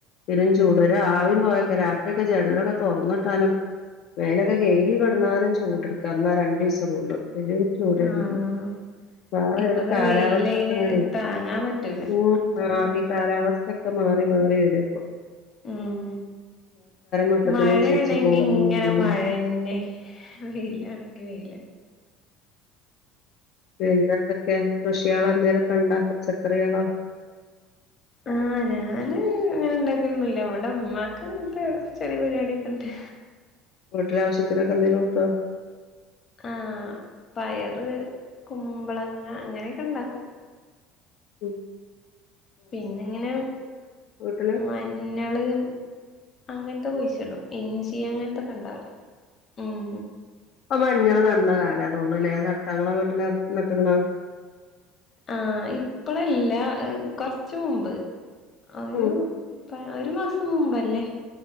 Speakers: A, on the left; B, on the left.
A: പെരും ചൂ ഒരാവിം പോകക്കെ രാത്രി ജനലൊക്കെ തൊറന്നിട്ടാലും മേലൊക്കെ കെഴുകി കിടന്നാലും ചൂടെടുക്കാ അന്നാ രണ്ടീസം കൊണ്ട് <unintelligible> ചൂടേരുന്നു
B: ആഹ്
A: വേറെ
B: ഇപ്പത്
A: ഒരു കാലാവസ്ഥ‌ക്കിങ്ങട്
B: വെയിലയിന് താങ്ങാൻ പറ്റൂല
A: <unintelligible>
B: അത്ര
A: മാറി
B: ചൂടാ
A: കാലാവസ്ഥ ക്ക മാറി മാറി വെരാ ഇപ്പം
B: ഉം
A: മട്ടത്തിനനുസരിച്ച്
B: മഴയാണെങ്കി
A: പോകാനും
B: ഇങ്ങനെ മഴന്നെ വെയിലാണെങ്കി വെയിലന്നെ
A: പിന്നെന്തൊക്കെയ കൃഷികളോ എന്തേലൊക്കെണ്ടാ പച്ചക്കറികളോ
B: ആഹ് ഞാന് അങ്ങനെ ഇണ്ടാക്കലൊന്നുല്ല ഇവിടെ ഉമ്മാക്ക് ഇങ്ങനത്തെ ചെറിയ പരിപാടിയൊക്കെ ഇണ്ട്.
A: വീട്ടിലെ ആവശ്യത്തിനൊക്കെ എന്തേലും കിട്ടോ
B: ആഹ് പയറ് കുമ്പളങ്ങ അങ്ങനേക്ക ഇണ്ടാക്കും.
A: ഉം
B: പിന്നെ ഇങ്ങനെ
A: വീട്ടില്
B: മഞ്ഞള്. അങ്ങനത്തെ കുഴിച്ചിടും. ഇഞ്ചി അങ്ങൻത്തൊക്കെ ണ്ടാവുലെ. ഉം
A: പ്പൊ മഞ്ഞള് നട്ണ കാലതോന്നുണുലെ നട്ടാ ഇങ്ങളെ വീട്ടില് നട്ട്ക്ക്ണോ?
B: ആഹ് ഇപ്പളല്ല കൊർച്ച് മുമ്പ് ഒരു
A: ഉം
B: പ ഒരു മാസം മുമ്പല്ലേ